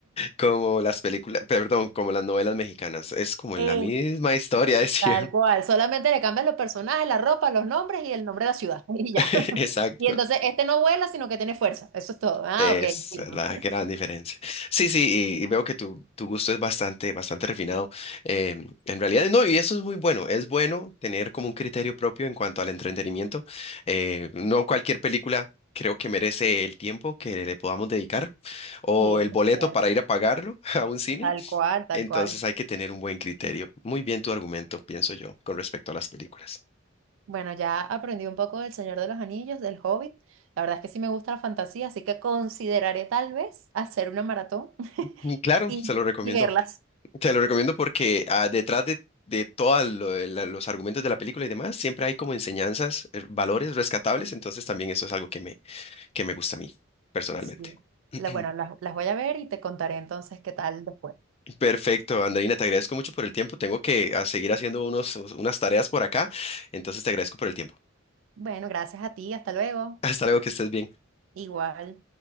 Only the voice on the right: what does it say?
Eh,
Tal cual, solamente le cambian los personajes, la ropa, los nombres y el nombre de la ciudad, <laughs> y ya.
Y entonces este no vuela, sino que tiene fuerza, eso es todo. Ah,
ok. fino.
Sí, eso
es cierto.
Tal cual, tal
cual.
Bueno, ya aprendí un poco del Señor de los Anillos, del Hobbit. La verdad es que sí me gusta la fantasía, así que consideraré tal vez hacer una maratón <laughs>
y,
y verlas.
Sí.
La- bueno, las, las voy a ver y te contaré entonces qué tal después.
Bueno, gracias a ti, hasta luego.
Igual.